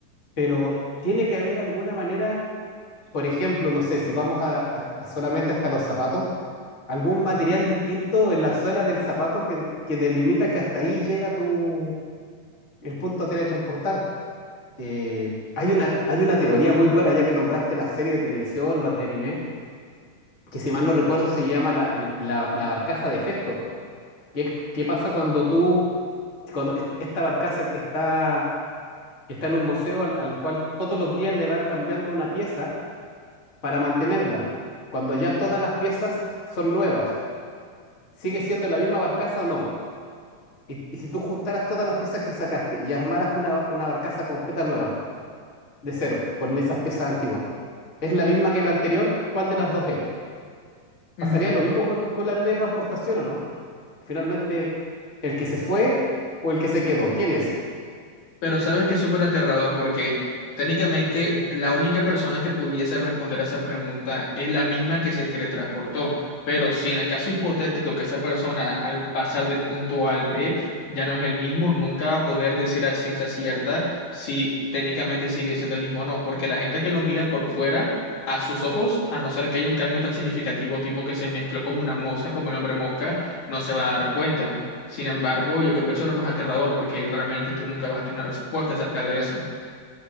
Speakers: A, on the left (about 25°); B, on the left (about 60°).
A: pero tiene que haber alguna manera por ejemplo, no sé, si vamos a, a- a solamente hasta los zapatos, algún material distinto en la suela del zapato que, que delimita que hasta ahí llega tu, el punto a teletransportar. Eh, hay una, hay una teoría muy buena, ya que nombraste la serie de televisión, los de anime, que si mal no recuerdo se llama la, el- la- la barcaza de Festo, que es qué pasa cuando tú, cuando est- esta barcaza que está, que está en un museo al al cual todos los días le van cambiando una pieza para mantenerla, cuando ya todas las piezas son nuevas, ¿sigue siendo la misma barcaza o no? Y, y si tú juntaras todas las piezas que sacaste y armaras una, una barcaza completa nueva, de cero, con esas piezas antiguas, ¿es la misma que la anterior? ¿Cuál de las dos es?
B: Mm.
A: ¿Pasaría lo mismo con, con la ley de transportación o no? Finalmente, ¿el que se fue o el que se quedó? ¿Quién es?
B: Pero sabes que es súper aterrador porque técnicamente la única persona que pudiese responder a esa pregunta es la misma que se teletransportó. Pero si en el caso hipotético que esa persona al pasar del punto A al B ya no es el mismo, nunca va a poder decir a ciencia cierta si técnicamente sigue siendo el mismo o no. Porque la gente que lo mira por fuera, a sus ojos, a no ser que haya un cambio tan significativo, tipo que se mezcló como una mosca, como el hombre mosca, no se va a dar cuenta. Sin embargo, yo creo que eso es lo más aterrador porque realmente tú nunca vas a tener una respuesta acerca de eso.